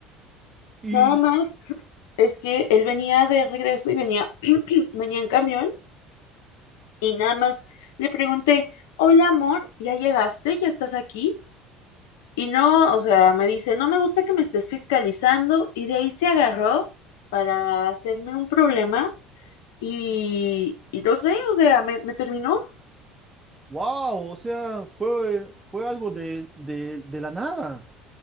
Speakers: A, on the right (about 15°); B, on the left (about 80°).
A: y
B: Nada más Es que él venía de regreso y venía, <clears throat> venía en camión y nada más le pregunté, hola amor, ¿ya llegaste? ¿Ya estás aquí? Y no, o sea, me dice, no me gusta que me estés fiscalizando y de ahí se agarró para hacerme un problema y, y no sé, o sea, me, me terminó.
A: wow, o sea, fue, fue algo de, de, de la nada,